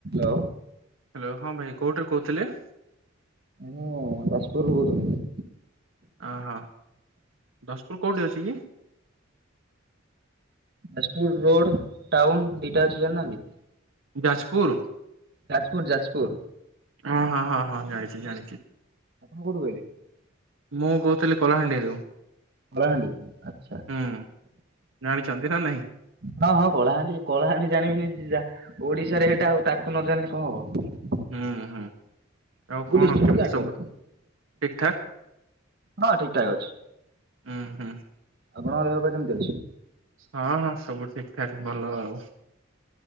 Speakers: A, on the right (about 55°); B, on the right (about 75°).
A: ଆଉ
B: ହ୍ୟାଲୋ ହଁ ଭାଇ କୋଉଠାରୁ କହୁଥିଲେ?
A: ମୁଁ ଯାଜପୁରରୁୁ କହୁଥିଲି।
B: ଅହୋ ଯାଜପୁର କୋଉଠି ଅଛି କି?
A: ଯାଜପୁର ରୋଡ଼ ଟାଉନ୍ ଦିଟା ଅଛି ଜାଣିନାହାନ୍ତି?
B: ଯାଜପୁର?
A: ଯାଜପୁର ଯାଜପୁର।
B: ହଁ ହଁ ହଁ ହଁ ଜାଣିଛି ଜାଣିଚି।
A: କୋଉଠୁ କହିଲେ?
B: ମୁଁ କହୁଥିଲି କଳାହାଣ୍ଡିରୁ।
A: କଳାହାଣ୍ଡି ଆଚ୍ଛା।
B: ହୁଁ ଜାଣିଛନ୍ତି ନା ନାଇଁ
A: ହଁ ହଁ କଳାହାଣ୍ଡି କଳାହାଣ୍ଡି ଜାଣିବିନି ଯିଏ ଯା ଓଡ଼ିଶାରେ ହେଟା ଆଉ ତାକୁ ନ ଜାଣିଲେ କଣ ହବ।
B: ହୁଁ ହୁଁ ଆଉ
A: ସବୁ
B: କଣ
A: ଡିଷ୍ଟ୍ରିକ୍ଟ
B: କେମିତି
A: ଜାଣିବା
B: ସବୁ
A: କଥା।
B: ଠିକ୍ ଠାକ୍?
A: ହଁ ଠିକ୍ ଠାକ୍ ଅଛି।
B: ହୁଁ ହୁଁ।
A: ଆପଣଙ୍କ ଦେହ ପା କେମିତି ଅଛି?
B: ହଁ ହଁ ସବୁ ଠିକ୍ ଠାକ୍ ଭଲ ଆଉ।